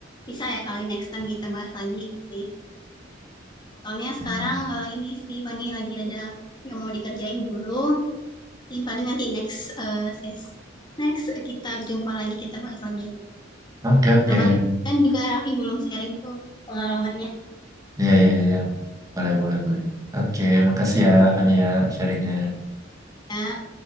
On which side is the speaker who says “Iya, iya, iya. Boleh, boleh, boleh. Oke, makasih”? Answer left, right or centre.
Right